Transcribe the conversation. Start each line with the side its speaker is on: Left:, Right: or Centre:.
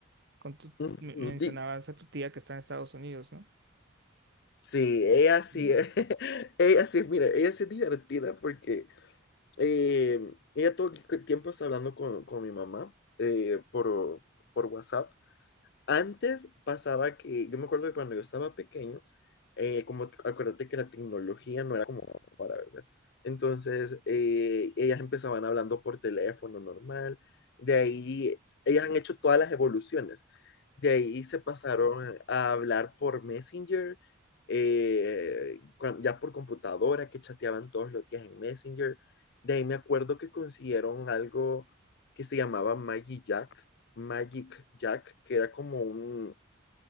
Right: con tu,
Left: Y,
Right: me- mencionabas a tu tía que está en Estados Unidos, ¿no?
Left: sí, ella sí,
Right: Mm.
Left: es- <laughs> ella sí, es- mira, ella sí es divertida porque eh, ella todo el tiempo está hablando con, con mi mamá eh, por, por WhatsApp Antes pasaba que yo me acuerdo que cuando yo estaba pequeño, eh, como t acuérdate que la tecnología no era como para ¿verdad? Entonces, eh, ellas empezaban hablando por teléfono normal, de ahí ellas han hecho todas las evoluciones. De ahí se pasaron a hablar por Messenger, eh, cuan ya por computadora, que chateaban todos los días en Messenger. De ahí me acuerdo que consiguieron algo que se llamaba Magic Jack. Magic Jack, que era como un